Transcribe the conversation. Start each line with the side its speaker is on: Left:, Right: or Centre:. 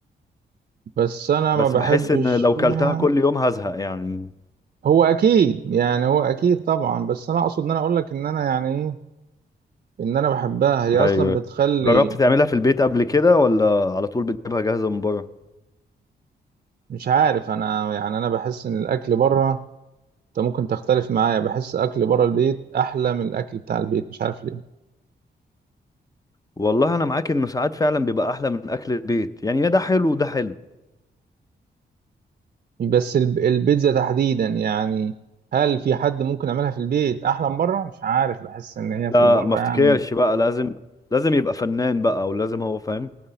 Right: بس انا
Left: بس
Right: ما بحبش
Left: بحس ان لو
Right: فيها
Left: كلتها كل يوم هزهق يعني
Right: هو اكيد يعني هو اكيد طبعا بس انا اقصد ان انا اقول لك ان انا يعني ايه ان انا بحبها هي اصلا
Left: ايوه
Right: بتخلي
Left: جربت تعملها في البيت قبل كده ولا على طول بتجيبها جاهزة من بره
Right: مش عارف انا يعني انا بحس ان الاكل بره انت ممكن تختلف معايا بحس اكل بره البيت احلى من الاكل بتاع البيت مش عارف ليه
Left: والله انا معاك انه ساعات فعلا بيبقى احلى من اكل البيت يعني ده حلو وده حلو
Right: بس الب- البيتزا تحديدا يعني هل في حد ممكن يعملها في البيت احلى من بره مش عارف بحس ان هي
Left: لا
Right: في البره
Left: ما افتكرش
Right: يعني
Left: بقى لازم لازم يبقى فنان بقى او لازم هو فاهم